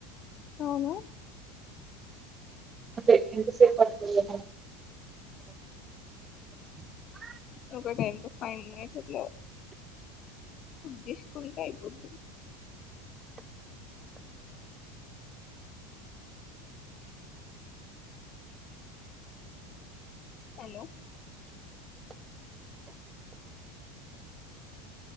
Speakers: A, on the left; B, on the right.
A: అవునా
B: అంటే ఎంత సేపు పడుతుంది <unintelligible>
A: ఒక టై ఫైన్ మినిట్ అట్లా కుక్ చేసుకుంటే అయిపోది హలో